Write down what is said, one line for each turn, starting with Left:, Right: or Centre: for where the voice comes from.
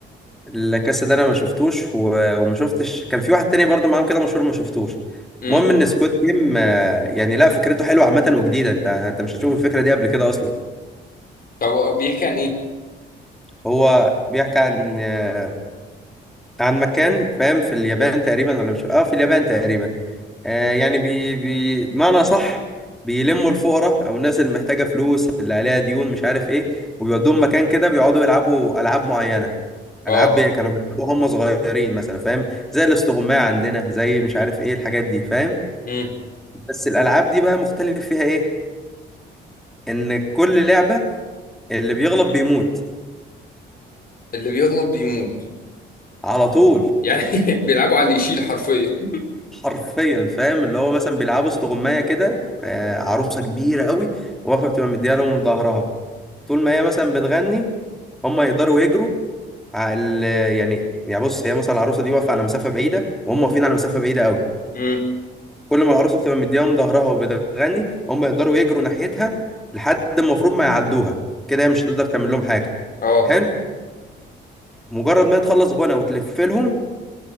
Centre: الكاس ده انا ما شفتوش و- وما شفتش كان في واحد تاني برضه معاهم كده مشهور ما شفتوش
Left: امم
Centre: المهم ان سكواد جيم آه، يعني لا فكرته حلوه عامه وجديده انت انت مش هتشوف الفكره دي قبل كده اصلا
Left: طب بيحكي عن ايه
Centre: هو بيحكي عن آه، عن مكان فاهم في اليابان تقريبا ولا مش اه في اليابان تقريبا آه يعني بي بي معنى صح بيلموا الفقراء او الناس اللي محتاجه فلوس اللي عليها ديون مش عارف ايه وبيودوهم مكان كده بيقعدوا يلعبوا العاب معينه
Left: اه
Centre: العاب بي- كانوا بيلعبوها هم صغيرين مثلا فاهم زي الاستغمايه عندنا زي مش عارف ايه الحاجات دي فاهم
Left: امم
Centre: بس الالعاب دي بقى مختلف فيها ايه ان كل لعبه اللي بيغلب بيموت
Left: اللي بيغلط بيموت
Centre: على طول
Left: يعني <laughs> بيلعبوا على اللي يشيل حرفيا
Centre: حرفيا فاهم اللي هو مثلا بيلعبوا استغمايه كده آه، عروسه كبيره قوي واقفه بتبقى مديها لهم ظهرها طول ما هي مثلا بتغني هم يقدروا يجروا على ال- يعني يعني بص هي مثلا العروسه دي واقفه على مسافه بعيده وهم واقفين على مسافه بعيده قوي
Left: امم
Centre: كل ما العروسه بتبقى مديهم ظهرها وبتغني هم يقدروا يجروا ناحيتها لحد ما المفروض ما يعدوها كده هي مش هتقدر تعمل لهم حاجه
Left: اه
Centre: حلو مجرد ما هي تخلص غنى وتلف لهم